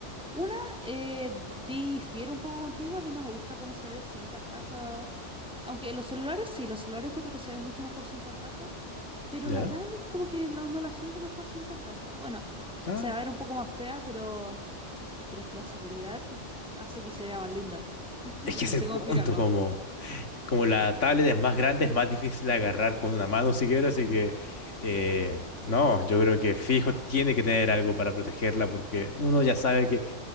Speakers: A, in the centre; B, on the left.
A: una, eh, difiero un poco contigo, a mí no me gusta cómo se ve sin carcasa Aunque los celulares sí, los celulares encuentro que se ven mucho mejor sin carcasa, pero
B: ¿Ya?
A: la tablet como que la, no la siento mejor sin carcasa. Bueno,
B: Ah,
A: se va a ver un poco más fea, pero, pero es que la seguridad hace que se vea más linda. <laughs>
B: es que
A: No
B: es
A: sé
B: el
A: cómo
B: punto,
A: explicarlo.
B: como, como la tablet es más grande, es más difícil de agarrar con una mano siquiera, así que eh, no, yo creo que fijo tiene que tener algo para protegerla porque uno ya sabe que